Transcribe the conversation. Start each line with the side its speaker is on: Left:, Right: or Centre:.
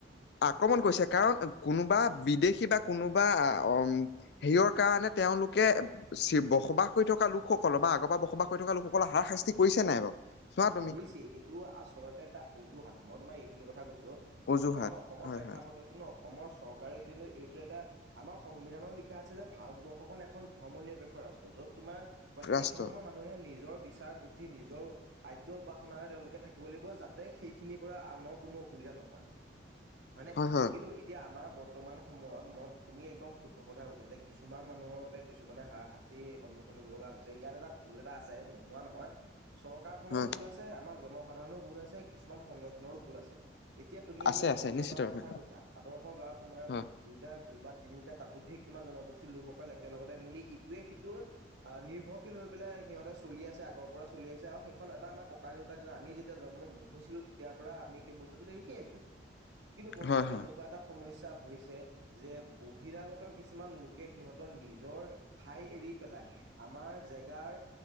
Left: আক্ৰমণ কৰিছে, কাৰণ কোনোবা বিদেশী বা কোনোবা আ, অ'। হেৰিয়ৰ কাৰণে তেওঁলোকে ছে বসবাস কৰি থকা লোকসকলৰ বা আগৰ পা বসবাস কৰি থকা লোকসকলক হাৰাশাস্তি কৰিছে নাই বাৰু? চোৱা তুমি
Right: কৰিছে। এইটো আচলতে এটা অজুহাত মই তোমাৰ এইখিনি কথা কৈছোঁ
Left: অজুহাত
Right: বৰ্তমান অসমৰ
Left: হয়
Right: প্ৰেক্ষাপটত
Left: হয়
Right: ন' অসমৰ চৰকাৰেও কিন্তু এইটো এটা আমাৰ সংবিধানত লিখা আছে যে ভাৰতবৰ্ষখন এখন ধৰ্ম নিৰপেক্ষ ৰাষ্ট্ৰ য'ত তোমাৰ প্ৰত্যেক
Left: ৰাষ্ট্ৰ
Right: ধৰ্মৰ মানুহে নিজৰ বিচাৰ বুদ্ধি, নিজৰ আদ্য উপাসনাৰে তেওঁলোকে থাকিব লাগিব যাতে সেইখিনিৰ পৰা আনৰ কোনো অসুবিধা নহয়। হয়নে
Left: হয় হয়
Right: কিন্তু এত এতিয়া আমাৰ বৰ্তমান সময়ত মই তুমি একদম শুদ্ধ কথা কৈছা যে কিছুমান মানুহৰ বাবে কিছুমানে হাৰাশাচ তি সন্মুখীন হ'ব লগা হৈছে। ইয়াত এটা ভুল এটা আছে নোহোৱা নহয়। চৰকাৰখনৰোঁ
Left: হয়
Right: ভুল আছে, আমাৰ জনসাধাৰণৰোঁ ভুল আছে, কিছুমান সংগঠনৰোঁ ভুল আছে। এতিয়া তুমি
Left: আছে
Right: যি আদৰ্শ
Left: আছে নিশ্চিত
Right: গাঁওৰ
Left: ৰূপে
Right: কথা কৈছা, আদৰ্শ গাঁওত তোমাৰ
Left: হয়
Right: প্ৰদু এতিয়া বা তিনিটা তাতোধিক তোমাৰ জনগোষ্ঠীৰ লোকসকল একেলগতে মিলি ইটোৱে সিটোৰ অ' নিৰ্ভৰশীল হৈ পেলাই সিহঁতে চলি আছে আগৰ পৰা চলি আছে আৰু এখন এটা আমাৰ ককা দেউতাৰ দিনা আমি যেতিয়া জন্ম নহৈছিলো তেতিয় পৰা আমি সেই বস্তুতটো দেখি আছো। কিন্তু বৰ্তমান
Left: হয় হয়
Right: এনেকুৱা এটা সমস্যয়া হৈছে যে বহিৰাগত কিছুমান লোকে সিহঁতৰ নিজৰ ঠাই এৰি পেলাই আমাৰ জেগাৰ